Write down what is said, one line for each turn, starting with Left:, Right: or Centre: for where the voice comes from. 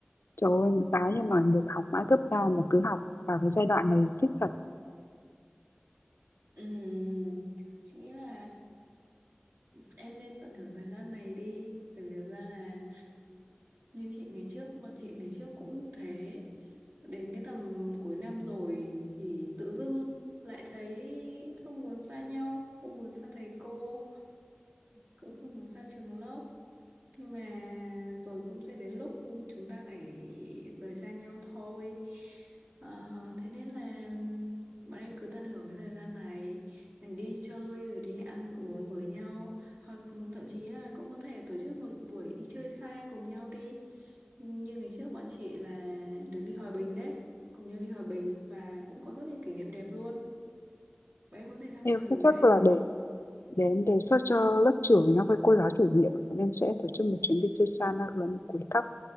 Left: trời ơi cái nhưng mà được học mãi cấp ba mà cứ học vào cái giai đoạn này thích thật
Right: Ừm, chị nghĩ là em nên tận hưởng thời gian này đi bởi vì thực ra là như chị ngày trước bọn chị ngày trước cũng như thế đến cái tầm cuối năm rồi thì tự dưng lại thấy không muốn xa nhau không muốn xa thầy cô cũng không muốn xa trường lớp nhưng mà rồi cũng sẽ đến lúc chúng ta phải rời xa nhau thôi Ờ, thế nên là ừm, bọn em cứ tận hưởng cái thời gian này đi chơi rồi đi ăn uống với nhau hoặc thậm chí là cũng có thể tổ chức một buổi đi chơi xa cùng nhau đi như ngày trước bọn chị là được đi Hòa Bình đấy cùng nhau đi Hòa Bình và cũng có rất nhiều kỷ niệm đẹp luôn bọn em có thể tham
Left: em
Right: khảo thử
Left: thế chắc
Right: đấy
Left: là để để em đề xuất cho lớp trưởng nó với cô giáo chủ nhiệm bọn em sẽ tổ chức một chuyến đi chơi xa na lắm cuối cấp